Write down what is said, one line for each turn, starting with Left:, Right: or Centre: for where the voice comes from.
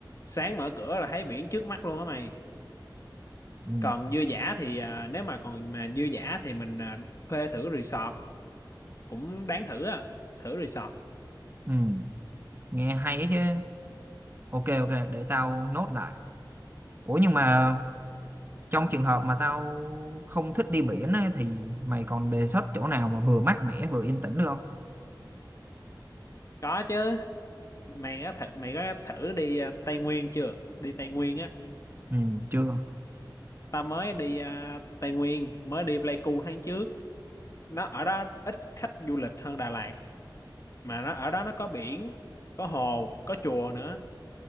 Left: sáng mở cửa là thấy biển trước mắt luôn á mày
Right: ừ
Left: còn dư dả thì à, nếu mà còn mà dư dả thì mình à, thuê thử resort cũng đáng thử à thử resort
Right: ừ nghe hay ấy chứ ok ok để tao nốt lại ủa nhưng mà trong trường hợp mà tao không thích đi biển á, thì mày còn đề xuất chỗ nào mà vừa mát mẻ vừa yên tĩnh được không?
Left: có chứ mày có thử mày có thử đi à, Tây Nguyên chưa đi Tây Nguyên á
Right: Ừ, chưa.
Left: ta mới đi à, Tây Nguyên mới đi Pleiku tháng trước nó ở đó ít khách du lịch hơn Đà Lạt mà nó ở đó nó có biển có hồ có chùa nữa